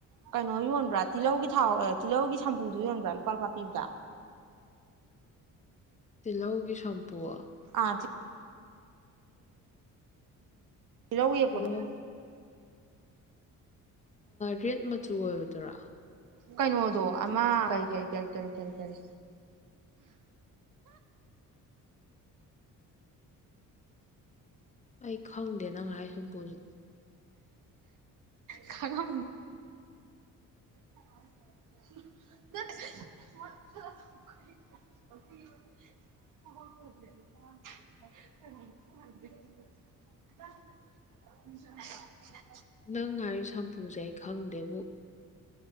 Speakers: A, on the right; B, on the left.
A: ꯀꯩꯅꯣ ꯌꯣꯟꯕ꯭ꯔꯥ ꯇꯤꯜꯍꯧꯒꯤ ꯊꯥꯎ ꯇꯤꯜꯍꯧꯒꯤ ꯁꯝꯄꯨꯗꯨꯣ ꯌꯣꯟꯕ꯭ꯔꯥ ꯂꯨꯄꯥꯜ ꯄꯥꯄꯤꯗ
B: ꯇꯤꯜꯍꯧꯒꯤ ꯁꯝꯄꯨꯣ
A: ꯑ ꯏꯂ ꯎ ꯌꯦꯄꯗ
B: ꯇꯤꯜꯍꯧ ꯔꯦꯠ ꯃꯆꯨ ꯑꯣꯏꯕꯗꯨꯔꯥ
A: ꯀꯩꯅꯣꯗꯣ ꯑꯃ ꯀꯔꯤ ꯀꯔꯤ ꯀꯔꯤ ꯀꯔꯤ ꯀꯔꯤ ꯀꯔꯤ
B: ꯑꯩ ꯈꯪꯗꯦ ꯅꯪ ꯍꯥꯏꯥꯏ ꯁꯨꯝ ꯄꯨꯁ
A: ꯀꯒ ꯃꯅꯤꯦ <inaudible>
B: ꯅꯪ ꯍꯥꯏꯥꯏꯔꯤ ꯁꯝꯄꯨꯁꯦ ꯈꯪꯗꯦꯕꯨ